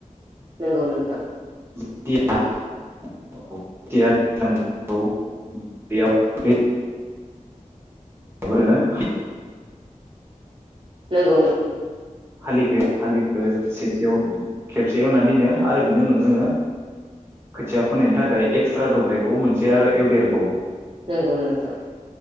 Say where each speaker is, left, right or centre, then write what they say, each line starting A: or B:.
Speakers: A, on the right; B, on the right.
A: नोंगौ नोंथां।
B: <unintelligible> <unintelligible>
A: नोंगौ नोंगौ।
B: हालिखो हालिखो सेथियाव खेबसे एवना दोनो आरो बिनि उनाव जोङो खोथिया फोनायनि थाखाय एक्सट्रा दब्लायखौ मोनसे आरो एवदेरबावो।
A: नोंगौ नोंथां।